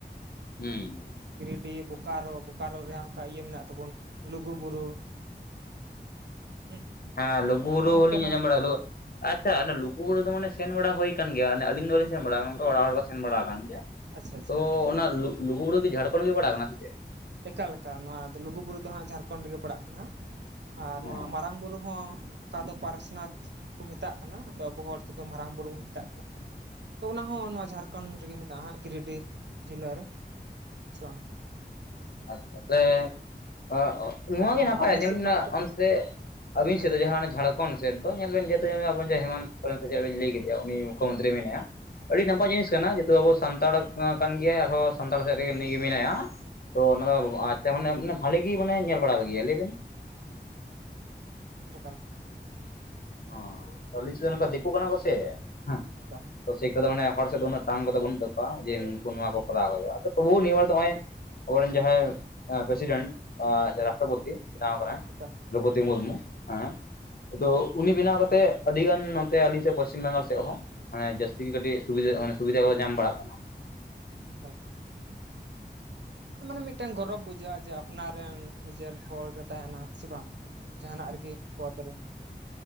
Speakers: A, on the left (about 60°); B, on the right (about 85°).
A: ᱦᱩᱸ᱾
B: ᱜᱤᱨᱤᱰᱤ ᱵᱳᱠᱟᱨᱳ, ᱵᱳᱠᱟᱨᱳ ᱨᱮᱭᱟᱜ ᱚᱠᱟ ᱤᱭᱟᱹ ᱢᱮᱱᱟᱜ ᱛᱟᱵᱚᱱ ᱞᱩᱜᱩ ᱵᱩᱨᱩ᱾ ᱦᱩᱸ
A: ᱦᱮᱸ, ᱞᱩᱜᱩ
B: ᱟᱫᱚ
A: ᱵᱩᱨᱩ
B: ᱚᱱᱮ ᱚᱱᱛᱮ
A: ᱦᱚᱞᱤᱧ
B: ᱦᱚᱸ
A: ᱟᱸᱡᱚᱢ ᱵᱟᱲᱟ ᱞᱩᱣᱟᱹᱜ, ᱟᱪᱪᱷᱟ, ᱚᱱᱟ ᱞᱩᱜᱩ ᱵᱩᱨᱩ ᱫᱚ ᱢᱟᱱᱮ ᱥᱮᱱ ᱵᱟᱲᱟ ᱦᱩᱭ ᱠᱟᱱ ᱜᱮᱭᱟ ᱟᱹᱞᱤᱧ ᱫᱚ ᱵᱟᱹᱞᱤᱧ ᱥᱮᱱ ᱵᱟᱲᱟ ᱟᱠᱟᱱᱟ, ᱚᱲᱟᱜ ᱦᱚᱲ ᱠᱚ ᱥᱮᱱ ᱵᱟᱲᱟ ᱟᱠᱟᱱ ᱜᱮᱭᱟ,
B: ᱟᱪᱪᱷᱟ ᱟᱪᱪᱷᱟ
A: ᱛᱚ ᱚᱱᱟ ᱞᱩ ᱞᱩᱜᱩ ᱵᱩᱨᱩ ᱠᱤ ᱡᱷᱟᱲᱠᱷᱚᱸᱱᱰ ᱜᱮ ᱯᱟᱲᱟᱜ ᱠᱟᱱᱟ ᱥᱮ ᱪᱮᱫ?
B: ᱮᱠᱟᱞ ᱮᱠᱟᱞ ᱱᱚᱣᱟ ᱞᱩᱜᱩᱵᱩᱨᱩ ᱫᱚ ᱦᱟᱸᱜ ᱡᱷᱟᱨᱠᱷᱚᱸᱱᱰ ᱜᱮ ᱯᱟᱲᱟᱜ ᱠᱟᱱᱟ ᱦᱟᱸᱜ ᱟᱨ ᱱᱚᱣᱟ
A: ᱚ
B: ᱢᱟᱨᱟᱝ ᱵᱩᱨᱩ ᱦᱚᱸ ᱚᱠᱟ ᱫᱚ ᱯᱟᱨᱮᱥᱱᱟᱛᱷ ᱠᱚ ᱢᱮᱛᱟᱜ ᱠᱟᱱᱟ᱾ ᱟᱫᱚ ᱟᱵᱚ ᱦᱚᱲ ᱛᱮᱫᱚ ᱢᱟᱨᱟᱝ ᱵᱩᱨᱩ ᱵᱩᱱ ᱢᱮᱛᱟᱜ ᱠᱟᱱᱟ᱾ ᱛᱚ ᱚᱱᱟ ᱦᱚᱸ ᱱᱚᱣᱟ ᱡᱷᱟᱨᱠᱷᱚᱸᱱᱰ ᱨᱮᱜᱮ ᱢᱮᱱᱟᱜ-ᱟ ᱦᱟᱸᱜ ᱜᱤᱨᱤᱰᱤ ᱡᱤᱞᱟ ᱨᱮ ᱥᱮ ᱵᱟᱝ?
A: ᱟᱪᱪᱷᱟ, ᱛᱟᱦᱚᱞᱮ ᱚᱸ ᱚᱸ ᱱᱚᱣᱟ
B: ᱟᱨᱦᱚᱸ
A: ᱜᱮ ᱱᱟᱯᱟᱭᱟ
B: ᱟᱞᱮ
A: ᱧᱮᱞ
B: ᱥᱮᱫ
A: ᱢᱤᱱᱟᱜ
B: ᱢᱟ ᱦᱮᱸ
A: ᱚᱱᱛᱮ ᱟᱹᱵᱤᱱ
B: ᱦᱮᱸ
A: ᱥᱮᱫ ᱫᱚ ᱡᱟᱦᱟᱸ ᱡᱷᱟᱲ ᱠᱷᱚᱱ ᱥᱮᱫ ᱫᱚ ᱧᱮᱞ ᱵᱮᱱ ᱡᱮᱛᱮ ᱟᱵᱚ ᱨᱮᱱ ᱜᱮ ᱦᱮᱢᱟᱱᱛᱚ ᱥᱚᱨᱮᱱ ᱥᱮ ᱪᱮᱫ ᱵᱮᱱ ᱞᱟᱹᱭ ᱠᱮᱫᱮᱭᱟ ᱩᱱᱤ ᱢᱩᱠᱷᱚ ᱢᱚᱱᱛᱨᱤ ᱢᱮᱱᱟᱭᱟ᱾ ᱟᱹᱰᱤ ᱱᱟᱯᱟᱭ
B: ᱦᱮᱸ
A: ᱡᱤᱱᱤᱥ ᱠᱟᱱᱟ, ᱡᱮᱦᱮᱛᱩ ᱟᱵᱚ ᱥᱟᱱᱛᱟᱲ ᱩᱛᱱᱟᱹᱣ ᱠᱟᱱ ᱜᱮᱭᱟᱭ ᱟᱨᱦᱚᱸ ᱥᱟᱱᱛᱟᱲ ᱥᱮᱫ ᱨᱮᱜᱮ ᱩᱱᱤ ᱜᱮ ᱢᱤᱱᱟᱭᱟ᱾ ᱛᱚ ᱚᱱᱟ
B: ᱦᱮᱸ
A: ᱫᱚ ᱟᱪᱪᱷᱟ ᱢᱟᱱᱮ ᱵᱷᱟᱹᱞᱤ ᱜᱤ ᱢᱟᱱᱮ ᱧᱮᱞ ᱵᱟᱲᱟᱞᱮᱜᱮᱭᱟ ᱞᱟᱹᱭ ᱵᱮᱱ?
B: ᱮᱠᱟᱞ᱾
A: ᱩᱸ ᱴᱚᱞᱤᱥ ᱫᱚ ᱱᱚᱝᱠᱟ ᱫᱤᱠᱩ ᱠᱟᱱᱟ ᱠᱚ ᱥᱮ, ᱦᱩᱸ, ᱥᱮᱭ
B: ᱮᱠᱟᱞ
A: ᱠᱚᱥᱮ ᱠᱚᱫᱚ ᱢᱟᱱᱮ ᱦᱚᱲ ᱥᱮᱫ ᱫᱚ ᱩᱱᱟᱹᱜ ᱛᱟᱝ ᱠᱚᱫᱚ ᱵᱚᱱ ᱵᱟᱹᱱᱩᱜ ᱛᱟᱠᱚᱣᱟ ᱡᱮ, ᱱᱩᱠᱩ ᱱᱚᱣᱟ ᱠᱚ ᱠᱚᱨᱟᱣ ᱦᱩᱭᱩᱜ-ᱟ ᱛᱚᱵᱩ ᱱᱤᱭᱟᱹ ᱵᱟᱨ ᱫᱚ ᱦᱚᱸᱜ-ᱚᱭ ᱟᱵᱚ ᱨᱮᱱ ᱡᱟᱦᱟᱸᱭ ᱟᱸ ᱯᱨᱮᱥᱤᱰᱮᱱᱴ ᱟᱸ ᱨᱟᱥᱴᱚᱯᱚᱛᱤ ᱵᱮᱱᱟᱣ ᱟᱠᱟᱱᱟᱭ᱾
B: ᱮᱠᱟᱞ
A: ᱫᱨᱳᱯᱚᱫᱤ ᱢᱩᱨᱢᱩ ᱦᱮᱸ, ᱟᱫᱚ ᱩᱱᱤ ᱵᱮᱱᱟᱣ ᱠᱟᱛᱮ ᱟᱹᱰᱤ ᱜᱟᱱ ᱱᱚᱛᱮ ᱟᱹᱞᱤᱧ ᱥᱮᱫ ᱯᱚᱥᱪᱤᱢ ᱵᱟᱝᱜᱟᱞ ᱥᱮᱫ ᱦᱚᱸ ᱢᱟᱱᱮ ᱡᱟᱹᱥᱛᱤ ᱜᱮ ᱠᱟᱹᱴᱤᱡᱽ ᱥᱩᱵᱤᱫᱷᱟ ᱢᱟᱱᱮ ᱥᱩᱵᱤᱫᱷᱟ ᱠᱚᱵᱚ ᱧᱟᱢ ᱵᱟᱲᱟᱜ ᱠᱟᱱᱟ᱾
B: ᱮᱠᱟᱞ ᱮᱠᱟᱞ ᱾ ᱢᱟᱱᱮ ᱢᱤᱫ ᱴᱮᱱ ᱜᱚᱨᱚᱵᱽ ᱵᱩᱡᱷᱟᱹᱜ-ᱟ ᱡᱮ, ᱟᱯᱱᱟᱨ ᱨᱮᱱ ᱱᱤᱡᱮᱨ ᱦᱚᱲ ᱮ ᱛᱟᱦᱮᱱᱟ ᱥᱮ ᱵᱟᱝ? ᱡᱟᱦᱟᱸᱱᱟᱜ ᱨᱮᱜᱤ ᱯᱚᱫ ᱨᱮ᱾